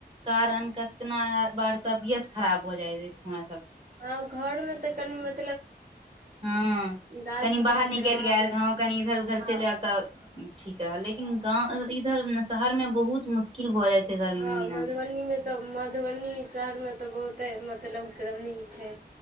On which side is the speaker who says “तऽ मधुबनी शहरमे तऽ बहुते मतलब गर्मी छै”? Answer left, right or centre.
Right